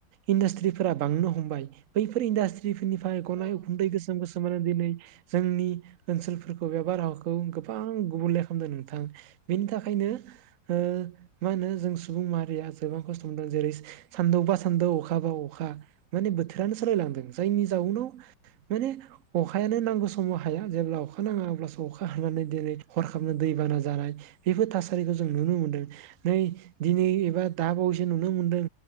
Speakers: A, on the right; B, on the left.
A: इन्डास्त्रिफोरा बांनो हमबाय बैफोर इन्डास्त्रि। निफोरनिफ्राय गनाय
B: औ नोंथां औ नोंथां
A: उखुन्दै गोसोम- गोसोमानो दिनै जोंनि ओनसोलफोर। बबे बारहावाखौ गोबां गुबुंले खा। नोंथां बेनि थाखायनो ओ मा होनो जों सुबुं माहारिया। गोबां खस्थ' मोन्दों जेरै। सानदौबा सानदौ अखा बा अखा माने बोथोरानो सोलायलांदों जायनि जाउनाव। माने। अखायानो नांगौ समाव हाया जेब्ला अखा नाङा अब्लासो अखा हानानै दिनै हरखाबनो दैबाना जानाय। बेफोर थासारिखौ जों नुनो मोनदों नै दिनै एबा। दाबावैसो नुनो मोनदों